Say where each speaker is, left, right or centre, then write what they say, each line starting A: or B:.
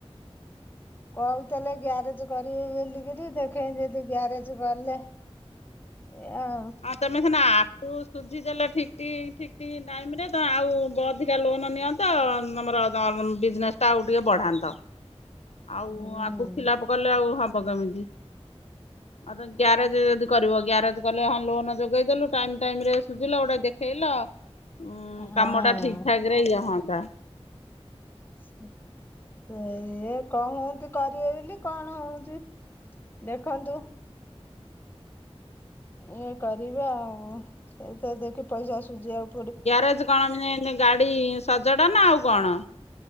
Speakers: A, on the left (about 20°); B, on the left (about 85°).
A: କହୁଥିଲେ ଗ୍ୟାରେଜ କରିବି ବେଲିକରି ଦେଖେଇ ଯଦି ଗ୍ୟାରେଜ ଗଲେ ଏଇଆ।
B: ଆଉ ତମେ ସିନା ଆକୁ ସୁଝିଦେଲେ ଠିକି ଠିକି ଟାଇମ ରେ ତ ଆଉ ବ ଅଧିକା ଲୋନ ନିଅ ତ ତମର ଅ ବିଜନେସ୍ ଟା ଆଉ ଟିକେ ବଢ଼ାନ୍ତ। ଆଉ
A: ହୁଁ
B: ଆକୁ ଖିଲାପ କଲେ ଆଉ ହବ କେମିତି? ଆଉ ତ ଗ୍ୟାରେଜ ଯଦି କରିବ ଗ୍ୟାରେଜ ଗଲେ ହଁ ଲୋନ ଯୋଗେଇଦଲୁ ଟାଇମ୍ ଟାଇମ୍ ରେ ସୁଝିଲ ଗୋଟେ ଦେଖେଇଲ ଉଁ
A: ହଁ
B: କାମଟା ଠିକ୍ ଠାକ୍ ରେ ଇଏ ହୁଅନ୍ତା।
A: ସେ ଇଏ କହୁନ୍ତି କରିବେ ବିଲି କଣ ହଉଚି ଦେଖନ୍ତୁ। ଇଏ କରିବେ ଆଉ ସୁଇଥା ଦେଖି ପଇସା ସୁଝିଆଉ
B: ଗ୍ୟାରେଜ କଣ ମିନେ ନେ ଗାଡ଼ି ସଜଡ଼ା ନା ଆଉ କଣ?